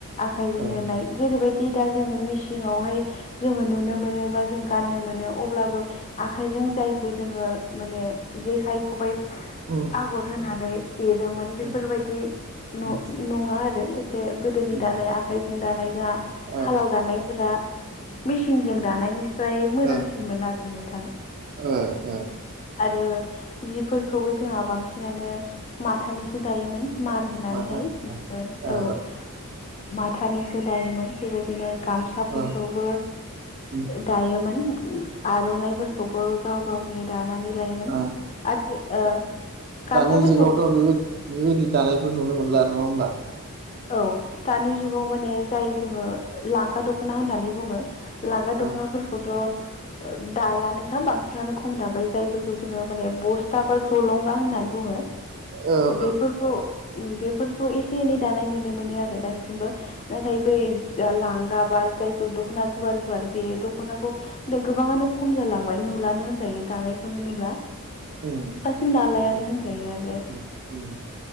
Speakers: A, on the left; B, on the right.
A: आखाइजों
B: औ
A: एरनाय जैबायदि दा जों मिसिंआवहाय जोङो नुनो मोनो बा जों गाननो मोनो अब्लाबो आखाइजों जायखौ जोङो माने जेखाइ, खबाइ
B: उम
A: आगर होनानै एरोमोन बेफोरबायदि
B: उम
A: नङा
B: उम
A: आरो एसे गोदोनि
B: उम
A: दानाय आखाइजों दानाय आ
B: ओ
A: सालाव दानायफोरा मेसिनजों दानायनि ओमफ्राय मोजांसिनमोन
B: ओ
A: आरो नोंथां।
B: ओ ओ
A: आरो जिफोरखौबो जोंहा बांसिनानो माथानिसो दायोमोन। मार होनानैहाय
B: माथा ओ ओ
A: औ माथानिसो दायोमोन बेबायदिनो गामसाफोरखौबो
B: ओ उम
A: दायोमोन। आर'नाइफोरखौबो गाव गावनो दानानै लायोमोन
B: ओ
A: आथि ओ गामसाफोरखौ
B: दानि जुगावथ' बेबाय बेबायदि दानायफोर नुनो मोनला नङा होमबा?
A: औ दानि जुगाव माने जाय जोङो लांगा दख'ना होननानै बुङो लांगा दख'नाफोरखौथ'
B: ओं
A: दालानोखा बांसिनानो खम दाबाय जाय फोरफोरखौ जोङो माने बस्था बा जलंगा होननानै बुङो
B: ओं
A: बेफोरखौ
B: औ
A: ओम बेफोरखौ एसे एनै जानाय नुनो मोनो आरो दासिमबो नाथाय बै लांगा बा जायखौ दख'ना गुवार गुवार बे दख'नाखौ नो गोबाङानो खम जालांबाय नुलानो होनजायो दानायखौनो नुला
B: उम
A: बांसिन दालायानो
B: उम
A: होनजायो आरो
B: उम उम